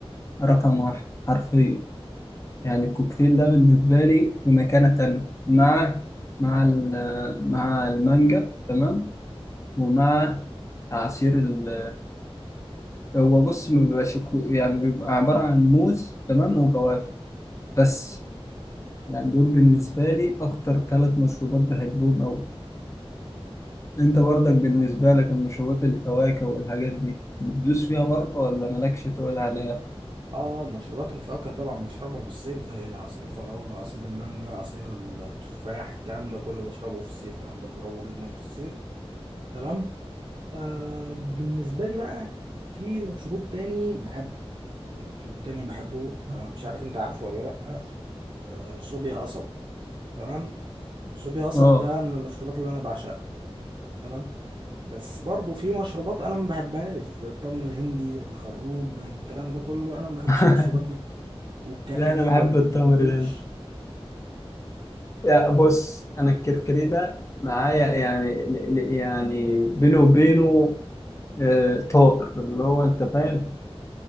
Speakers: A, on the left (about 30°); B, on the right (about 45°).
A: رقم واحد حرفيا يعني الكوكتيل ده بالنسبة لي في مكانة تانية مع مع ال- مع المانجا تمام ومع عصير ال هو بص ما بيبقاش كو- يعني بيبقى عبارة عن موز تمام وجوافة بس يعني دول بالنسبة لي أكتر ثلاث مشروبات بحبهم أوي انت برضك بالنسبة لك المشروبات الفواكه والحاجات دي بتدوس فيها برضه ولا مالكش تقول عليها؟
B: اه مشروبات الفواكه طبعا بشربها في الصيف زي عصير الفراوله عصير المانجا عصير التفاح الكلام ده كله بشربه في الصيف بحب اشربه جدا في الصيف تمام آه بالنسبة لي بقى في مشروب تاني بحبه يعني مشروب تاني بحبه آه مش عارف انت عارفه ولا لأ آه صوبيا قصب تمام صوبيا قصب
A: اه
B: ده من المشروبات اللي انا بعشقها تمام بس برضه في مشروبات انا ما بحبهاش زي التمر الهندي الخروب الكلام ده كله انا ما بحبش
A: <laughs>
B: المشروبات دي والكركديه
A: لا انا بحب
B: برضه
A: التمر
B: ما بحبوش
A: ده يا بص انا الكركديه ده معايا يعني ل- ل- يعني بينه وبينه آه، طار اللي هو انت فاهم